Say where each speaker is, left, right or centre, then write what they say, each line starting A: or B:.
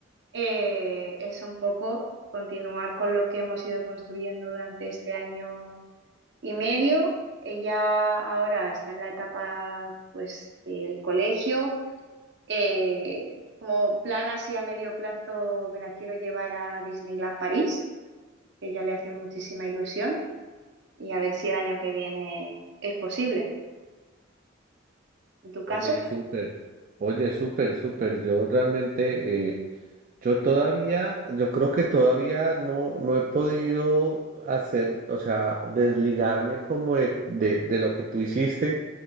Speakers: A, on the right; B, on the right.
A: eh, es un poco continuar con lo que hemos ido construyendo durante este año y medio. Ella ahora está en la etapa, pues, del colegio. Eh, como plan así a medio plazo, me la quiero llevar a Disneyland París, que ella le hace muchísima ilusión, y a ver si el año que viene es posible. ¿En tu
B: Oye,
A: caso?
B: súper, oye, súper, súper. Yo realmente, eh, yo todavía, yo creo que todavía no, no he podido hacer, o sea, desligarme como de, de de lo que tú hiciste